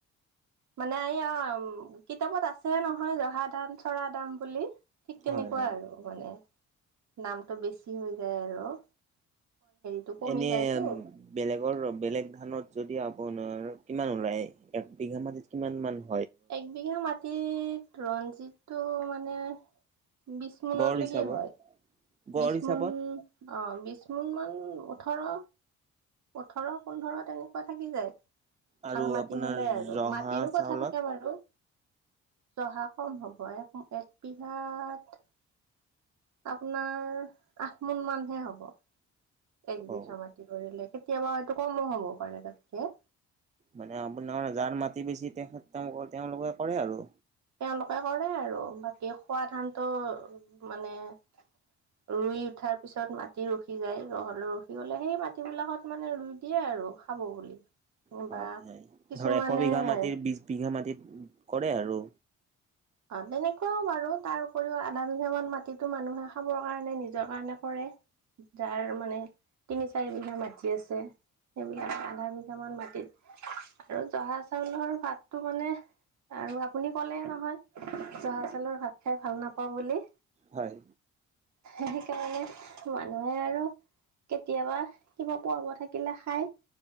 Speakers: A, on the right (about 65°); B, on the right (about 25°).
A: মানে এই অ', কিতাপত আছে নহয়, জহা ধান, চৰা ধাম বুলি। ঠিক তেনেকুৱা
B: হয় হয়
A: আৰু। মানে নামটো বেছি হৈ যায় আৰু। <unintelligible>
B: এনে
A: যায়তো।
B: উম। বেলেগৰ বেলেগ ধানত যদি আপোনাৰ কিমান ওলায়? এক বিঘা মাটিত কিমান মান -
A: একবিঘা মাটিতিত ৰঞ্জিটো মানে- বিছমনৰ
B: গড় হিচাপত
A: লগি হয়।
B: গড়
A: বিশমোন
B: হিচাপত
A: অ' বিশমোন মান, ওঠৰ। ওঠৰ, পোন্ধৰ তেনেকুৱা থাকি যায়।
B: আৰু
A: ভাল মাটি
B: আপোনাৰ
A: হ'লে আৰু।
B: জহা
A: মাটিৰো কথা
B: চাউলত
A: থাকে বাৰু। জহা কম হ'ব। এক, এক বিঘাত - আপোনাৰ আঠমোন মানহে হ'ব। একবিঘা
B: অ
A: মাটি কৰিলে। কেতিয়াবা এইটো কমো হ'ব পাৰে তাতকে।
B: মানে আপোনাৰ জাৰ মাটি বেছি, তেখেত তেওঁলোকৰ-তেওঁলোকে কৰে আৰু।
A: তেওঁলোকে কৰে আৰু। বাকী খোৱা ধানতো মানে - ৰুই উঠাৰ পিছত মাটি ৰখি যায়। নহ'লেও ৰখি গ'লে সেই মাটিবিলাকত - মানে ৰুই দিয়ে আৰু খাব বুলি।
B: হয়
A: বা
B: হয়।
A: কিছুমানে
B: ধৰ এশ বিঘা মাটিৰ বিশ বিঘা মাটিত কৰে আৰু।
A: অহ, তেনেকুৱাও বাৰু। তাৰ উপৰিও আধা বিঘামান মাটিতো মানুহে খাবৰ কাৰণে, নিজৰ কাৰণে কৰে। যাৰ মানে তিনি-চাৰি বিঘা মাটি আছে। সেইবিলাক আধা বিঘামান মাটিত। আৰু জহা চাউলৰ ভাতটো মানে- আৰু আপুনি ক'লেই নহয়। জহা চাউলৰ ভাত খাই ভাল নাপাওঁ বুলি।
B: হয়।
A: এ' সেইকাৰণে মানুহে আৰু- কেতিয়াবা কিবা <unintelligible> থাকিলে খাই।